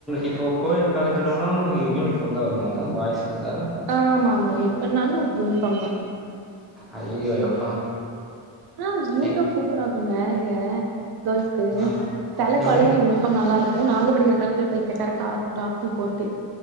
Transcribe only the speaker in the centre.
இப்போ கோயடு காலேஜ்னாலு யூனிஃபார்ம் தா வருமாங்க பாய்சுக் கூட
அய்யயோ எப்பா
எங்
ஆ
என்ன